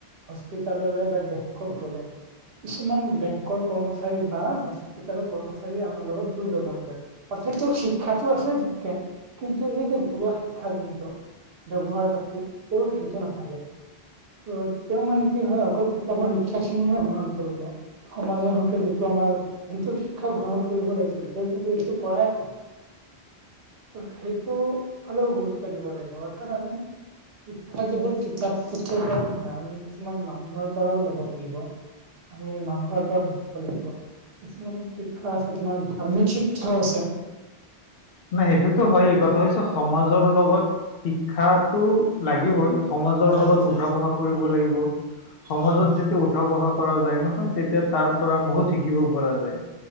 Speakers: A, on the right (about 65°); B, on the left (about 65°).
A: হস্পিতাললৈ বা বেংকত গলে। কিছুমান বেংকৰ কৰ্মচাৰী বা হস্পিতেলৰ কৰ্মচাৰীয়ে আমাৰ লগত দুব্যৱহাৰ কৰে। প্ৰত্যেকটো শিক্ষাতটো আছে ঠিককে কিন্তু এই যে ঘৰুৱা শিক্ষা যন্ত্ৰ। ব্যৱহাৰ পাতি তেওঁৰ সেইটো নাথাকে। ত তেওঁ মানে কি হয় অকল কিতাপৰ শিক্ষাখিনিহে গ্ৰহণ কৰিলে। সমাজৰ হকে যিটো আমাৰ। যিটো শিক্ষা গ্ৰহণ কৰিব লাগিছিল তেওঁ কিন্তু এইটো কৰাই নাই। ত সেইটো হলেও গুৰুত্ব দিব লাগিব অথাত আমি। শিক্ষা কেৱল কিতাপ পত্ৰৰ পৰা নহয় আমি কিছুমান মানুহৰ পৰাও ল'ব লাগিব। আমি মানুহৰ পৰাও শিকিব লাগিব। কিছুমান শিক্ষা আছে তোমাৰ ধাৰ্মিক শিক্ষাও আছে।
B: নাই সেইটোতো হয় কথা হৈছে সমাজৰ লগত শিক্ষাটো লাগিবই। সমাজৰ
A: লাগিবই
B: লগত উঠা বহা কৰিব লাগিব সমাজত
A: হয়
B: যেতিয়া উ। উঠা বহা কৰা যায় নহয় তেতিয়া তাৰ পৰা বহুত শিকিব পৰা যায়